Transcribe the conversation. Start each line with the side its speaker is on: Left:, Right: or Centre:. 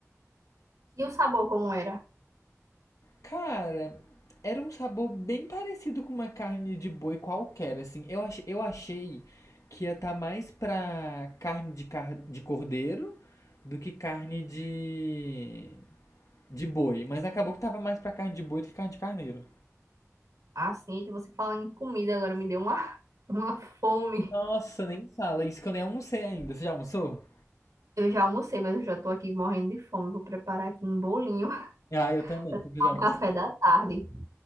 Right: E o sabor como era?
Left: Cara, era um sabor bem parecido com uma carne de boi qualquer, assim. Eu, ach, eu achei que ia estar mais pra carne de, car de cordeiro do que carne de, de boi. Mas acabou que tava mais pra carne de boi do que carne de carneiro.
Right: Ah, sim, de você falando em comida agora me deu uma, <laughs> uma fome.
Left: Nossa, nem fala. Isso que eu nem almocei ainda. Você já almoçou?
Right: Eu já almocei, mas eu já tô aqui morrendo de fome. Vou preparar aqui um bolinho <laughs>
Left: Ah, eu também, porque eu preciso
Right: ao
Left: almoçar.
Right: café da tarde.